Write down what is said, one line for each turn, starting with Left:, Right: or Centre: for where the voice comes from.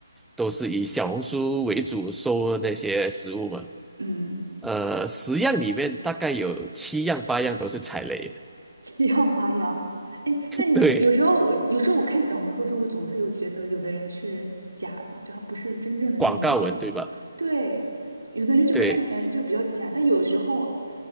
Centre: 都是以小红书为主搜那些食物嘛，
Right: 嗯，
Centre: 呃，十样里面大概有七样八样都是踩雷的，
Right: <laughs> 七样八呀？哎，但你有时候我有时候我看小红书的时候，
Centre: <laughs> 对，
Right: 我总是有觉得有的人是假的，就他不是真正的去旅游，
Centre: 广告文对吧？
Right: 对，有的人就看起来就比较假，
Centre: 对，
Right: 但有时候